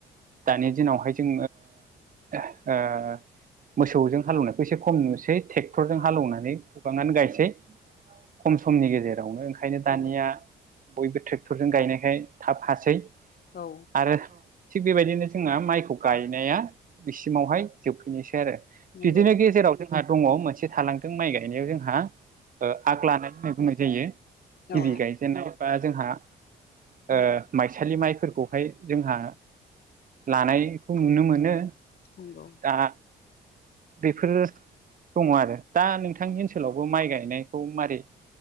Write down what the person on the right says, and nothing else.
दानि दिनावहाय जों ओ ओ मोसौजों हालौनायखौ एसे खम नुसै थेक्टर जों
हालेवनानै बाङानो गायसै खम समनि गेजेरावनो ओंखायनो दानिया
बयबो थ्रेक्टरजों गायनायखाय थाब हासै।
आरो थिग बेबायदिनो जोंहा माइखौ गायनाया बिसिमावहाय जोबफैनोसै आरो।
बिदिनो गेजेराव जोंहा दङ मोनस से थालांथों माइ गायनायाव जोंहा ओ आग लानाय होननाय बुंनाय जायो गिबि
गाय जेनेबा जोंहा ओ माइसालि माइफोरखौहाय जोंहा लानायखौ नुनो मोनो।
आ बेफोरो दङ आरो दा नोंथांनि ओनसोलावबो माइ गायनायखौ मारै